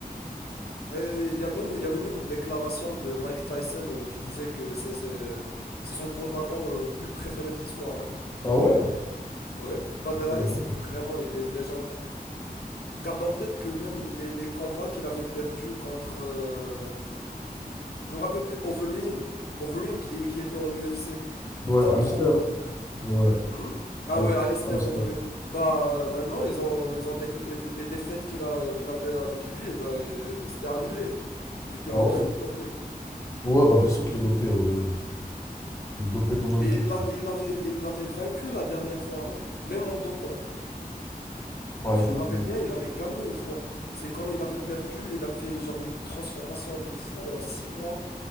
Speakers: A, on the left; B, on the left.
A: Et il y a même, il y avait même une déclaration de Mike Tyson euh, qui disait que c'est, c'est, c'est son combattant euh, plus préféré de l'histoire. hein.
B: Ah ouais?
A: Ouais, Badr
B: Très
A: Hari,
B: bien.
A: c'est vraiment été une légende. Garde en tête que même les, les combats qu'il avait perdus contre. euh, je me rappelle plus, Overeem. Overeem qui, qui était en UFC.
B: Ouais,
A: C'était
B: Alistair.
A: trop grand.
B: Ouais.
A: Hmm ah
B: Al-
A: ouais, Alistair
B: Alistair.
A: Overeem. Bah euh, maintenant, ils ont, ils ont décla- les défaites qu'il a, qu'il avait avec lui, eh bah, euh, c'était annulé. Vu que
B: Ah
A: l'autre,
B: ouais?
A: il dopait.
B: Ouais, bah bien sûr qu'il est dopé, Overeem. Il est dopé comme un
A: Et
B: but.
A: il, a, il, avait, il avait vaincu la dernière fois, hein, même en dopant.
B: Bah
A: Si
B: écoute,
A: je me rappelle
B: on
A: bien, il avait gagné une fois. C'est quand il avait perdu, il a fait genre une transformation de fou en six mois.